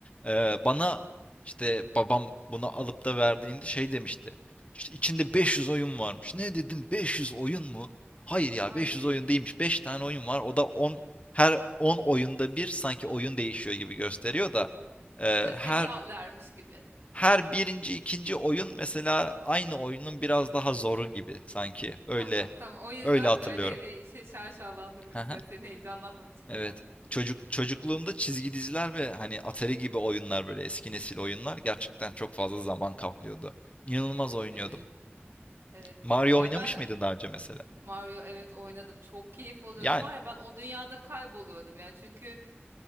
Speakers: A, on the left (about 30°); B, on the right (about 80°).
A: E, bana işte babam bunu alıp da verdiğinde şey demişti. İşte içinde 500 oyun varmış. Ne dedim 500 oyun mu? Hayır ya
B: Ay.
A: 500 oyun değilmiş. beş tane oyun var. O da on her 10 oyunda bir sanki oyun değişiyor gibi gösteriyor da e,
B: Ha seviye
A: her
B: atlarmış gibi.
A: her birinci ikinci oyun mesela aynı oyunun biraz daha zoru gibi sanki öyle
B: Tamam tamam. O yüzden
A: öyle hatırlıyorum.
B: böyle bir şey şaşalandırmış
A: Aha,
B: sen- seni heyecanlanman için
A: evet.
B: herhalde.
A: Çocuk çocukluğumda çizgi diziler ve hani Atari gibi oyunlar böyle eski nesil oyunlar gerçekten çok fazla zaman kaplıyordu. İnanılmaz oynuyordum.
B: Evet. Evet.
A: Mario
B: Ya
A: oynamış
B: ben
A: mıydın daha önce mesela?
B: Mario evet oynadım. Çok keyif alıyordum
A: Yani
B: var ya ben o dünyada kayboluyordum ya. Çünkü